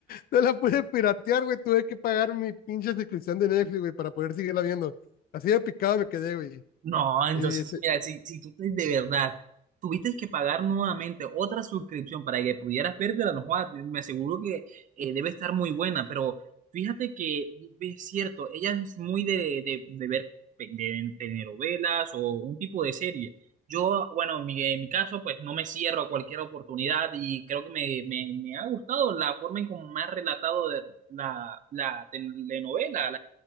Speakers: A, on the left (about 60°); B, on the right (about 50°).
A: No la pude piratear, güey. Tuve que pagar mi pinche suscripción de Netflix, güey, para poder seguirla viendo. Así de picado me quedé, güey.
B: No, entonces,
A: Eh, se-
B: mira, si, si tú te- de verdad tuviste que pagar nuevamente otra suscripción para que pudieras vértela, no jodas, me aseguro que eh, debe estar muy buena, pero fíjate que es cierto, ella es muy de, de, de ver pe- de telenovelas o un tipo de serie. Yo, bueno, en mi, en mi caso, pues no me cierro a cualquier oportunidad y creo que me, me, me ha gustado la forma en cómo me ha relatado de la, la telenovela,